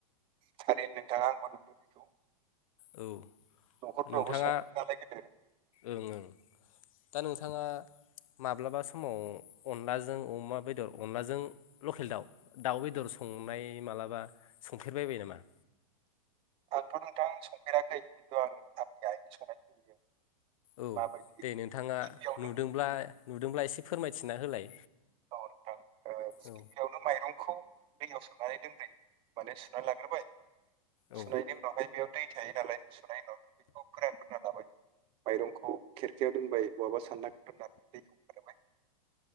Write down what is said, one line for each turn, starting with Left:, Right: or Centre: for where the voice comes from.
Right: थारै नोंथाङा आंबो नुदों बेखौ
Left: औ
Right: न'खरफोरावबो
Left: नोंथाङा
Right: सङोमोन नालाय गोदो।
Left: ओं ओं दा नोंथांङा माब्लाबा समाव अनलाजों अमा बेदर अनलाजों लकेल दाउ दाउ बेदर संनाय मालाबा संफेरबायबाय नामा?
Right: आंथ' नोंथां संफेराखै खिन्थु आं आंनि आइनि संनायखौ नुयो।
Left: औ
Right: माबायदि
Left: दे नोंथांङा
Right: गिबियावनो
Left: नुदोंब्ला नुदोंब्ला एसे फोरमायथिना होलाय।
Right: औ नोंथां ओ
Left: औ
Right: गिबियावनो माइरं खौ दैयाव सोमनानै दोनदो माने सुनानै लाग्रोबाय
Left: औ
Right: सुनायनि उनावहाय बेयाव दै थायो नालाय सुनायनि उनावथ' बेखौ फोरानग्रोना लाबाय माइरंखौ खेरखायाव दोनबाय बहाबा सान्दां दोननानै दैखौ गहोबाय।